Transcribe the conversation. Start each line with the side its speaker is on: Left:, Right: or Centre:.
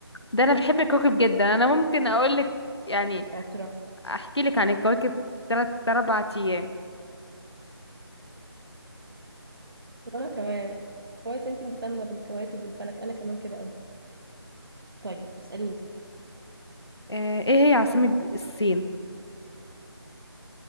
Left: ده انا بحب الكواكب جدا انا ممكن اقول لك يعني
Right: شاطرة
Left: احكي لك عن الكواكب تلات اربع ايام
Right: وأنا كمان كويس انتي مهتمة بالكواكب والفلك أنا كمان كده أوي طيب اسأليني
Left: آه، ايه هي عاصمة الصين